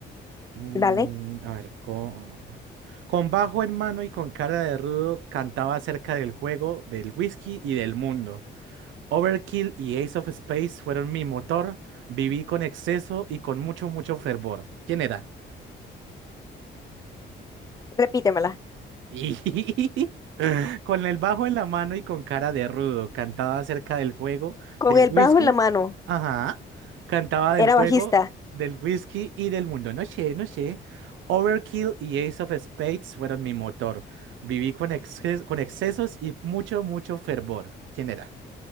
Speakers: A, on the right (about 75°); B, on the left (about 20°).
A: Mm,
B: dale.
A: a ver, con, con bajo en mano y con cara de rudo cantaba acerca del juego, del whisky y del mundo. Overkill y Ace of Space fueron mi motor. Viví con exceso y con mucho, mucho fervor. ¿Quién era?
B: Repítemela.
A: Y <laughs> con el bajo en la mano y con cara de rudo, cantaba acerca del juego,
B: Con
A: del
B: el
A: whisky.
B: bajo en la mano.
A: Ajá. Cantaba del
B: Era
A: juego,
B: bajista.
A: del whisky y del mundo. No sé, no sé. Overkill y Ace of Spades fueron mi motor. Viví con, exces- con excesos y mucho, mucho fervor. ¿Quién era?